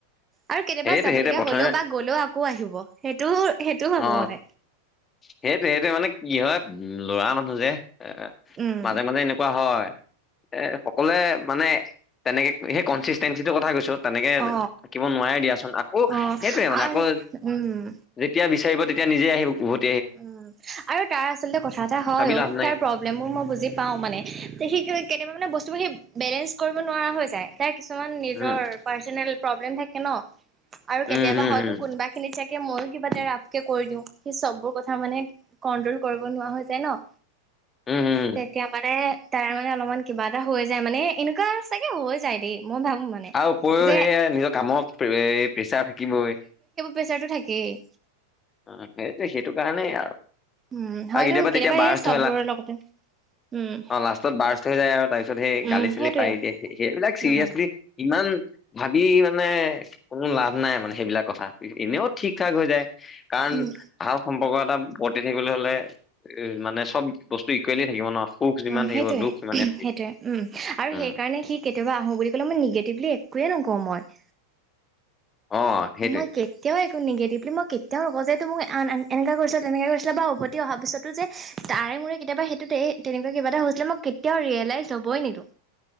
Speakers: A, on the right; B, on the left.
A: আৰু কেতিয়াবা
B: সেইটোৱে
A: যাব
B: সেইটোৱে প্ৰথমে
A: গ'লেও আকৌ আহিব, সেইটোও সেইটোও ভাবো
B: অ
A: মানে।
B: সেইটোৱে, সেইটো মানে কি হয় উম ল'ৰা মানুহ যে। এ
A: উম
B: মাজে মাজে এনেকুৱা হয়, এ সকলোৱে মানে তেনেকে সেই কনচিষ্টেঞ্চিটোৰ কথা কৈছো। তেনেকে
A: অ
B: থাকিব নোৱাৰে দিয়াচোন, আকৌ
A: অ
B: সেইটোয়ে মানে
A: আৰু
B: আকৌ
A: উম
B: তিয়া বিচাৰিব তেতিয়া নিজে আহি উভুত
A: উম, আৰু তাৰ আচলতে কথা এটা হয়
B: ভাবি
A: অ
B: লাভ নাই
A: তাৰ প্ৰ- ব্লেমবোৰ মই বুজি পাওঁ মানে, সি কেতিয়াবা মানে বস্তুবোৰ সেই বেলেঞ্চ কৰিব নোৱাৰা হৈ যায়। তাইক কিছুমান নিজৰ
B: উম
A: পাৰ্ছনেল প্ৰব্লেম থাকে ন, আৰু
B: উম
A: কেতিয়াবা
B: উম
A: হয়টো
B: উম
A: কোনবাই খিনিত চাগে ময়ো কিবা এটা ৰাফকে কৈ দিওঁ, সি চববোৰ ক- থা মানে কন্ট্ৰল কৰিব নোৱাৰা হৈ যায় ন।
B: উম উম
A: তিয়া মানে তাৰে মানে অলপমান কিবা এটা হৈ যায় মানে এনেকুৱা চাগে হৈ যায় দেই মই ভাবো মানে।
B: আও উপৰি সে
A: যে
B: সেই নিজৰ কামৰ এ প্ৰেছাৰ থাকিবই।
A: প্ৰেছাৰটো থাকেই।
B: অ সেইটোৱে সেইটো কাৰণেই ইয়াৰ
A: উম হয়তো
B: আৰ কেতিয়াবা তেতিয়া বাৰষ্ট
A: সেই চববোৰৰ
B: থ'লা,
A: লগতে উম
B: অ লাষ্ট- ত বাৰষ্ট হৈ যায় আৰু তাৰপিছত সেই
A: উম
B: গালি চালি
A: সেইটোৱে
B: পাৰি দিয়ে, সেইবিলাক চিৰিয়েচলি-
A: উম
B: ইমান ভাবি মানে কোনো লাভ নাই মানে, সেইবিলাক কথা এনেও ঠিকঠাক হৈ যায়, কাণ-
A: উম
B: ভাল সম্পৰ্ক এটা বৰ্তি থাকিবলৈ হ'লে এ মানে চব বস্তু ইকুৱেলি থাকিব ন। সুখ যিমান
A: অ
B: থাকিব
A: সেইটোয়ে
B: দুখ সিমানে থাকিব
A: সেইটোয়ে উম আৰু
B: উম
A: সেইকাৰণে সি কেতিয়াবা আহো বুলি ক'লে মই নিগেটিভলি একোৱেই নকওঁ মই।
B: অ সেইটোৱে
A: মই কে- তিয়াও একো নিগেটিভলি মই কেতিয়াও নকওঁ যে এইটো মোক আন এং এনেকুৱা কৰিছিলা তেনেকে কৰিছিলা বা উভতি অহাৰ পিছতো যে তাৰে মোৰে কেতিয়াবা সেইটো তেনেকুৱা কিবা এটা হৈছিলে মই কেতিয়াও ৰিয়েলাইজ হ'বই নিদিওঁ।